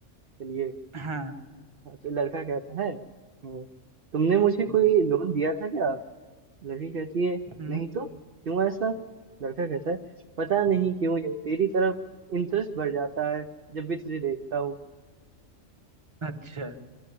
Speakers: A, on the right (about 50°); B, on the right (about 25°).
A: चलिए
B: हाँ
A: हाँ, तो लड़का कहता है "हम्म, तुमने मुझे कोई
B: हम्म
A: लोन दिया था क्या लड़की कहती है
B: हम्म,
A: नहीं तो क्यों ऐसा लड़का कहता है पता नहीं
B: हम्म,
A: क्यों ये तेरी तरफ इंटरेस्ट बढ़ जाता है जब भी तुझे देखता हूँ
B: अच्छा